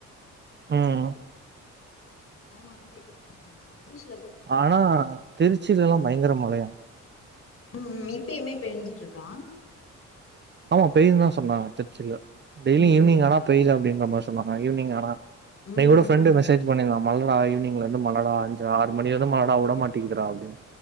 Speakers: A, on the right; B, on the left.
A: ம்
B: தடம் மாரி கிட்டே <unintelligible> நியூஸ்
A: ஆனா திருச்சி எல்லா பயங்கிர மழையா
B: ம் இப்பயுமே பேஞ்சுட்டு இருக்கா
A: ஆமா பேயுந்தான் சொன்னாங்க திருச்சில டெய்லி
B: ம்
A: ஈவ்னிங் ஆன பெய்து அப்டின்னு ரொம்ப சொன்ன மாரி ஈவ்னிங் ஆனா இன்னை
B: ம்
A: கூட ஃப்ரெண்டு
B: ம்
A: மசேஜ் பண்ணிருந்தாம் மழடா ஈவ்னிங்லேந்து மழடா அஞ்சு ஆறு மணில இருந்து மழடா உட மாட்டிக்கிது டா அப்டின்னு